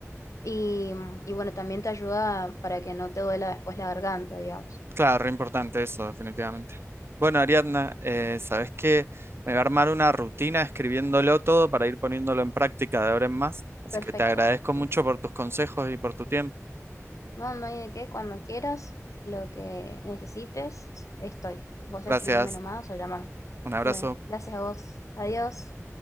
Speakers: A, on the left (about 70°); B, on the right (about 45°).
A: Y, y bueno, también te ayuda para que no te duela después la garganta, digamos.
B: Claro, re importante eso, definitivamente. Bueno, Ariadna, eh, ¿sabes qué? Me va a armar una rutina escribiéndolo todo para ir poniéndolo en práctica de ahora en más. Así
A: Perfecto,
B: que te agradezco mucho
A: sí.
B: por tus consejos y por tu tiempo.
A: Mamá, ¿y de qué? Cuando quieras, lo que necesites, estoy. Vos
B: Gracias,
A: escribime nomás o llámame.
B: un abrazo.
A: Dale, Gracias a vos. Adiós.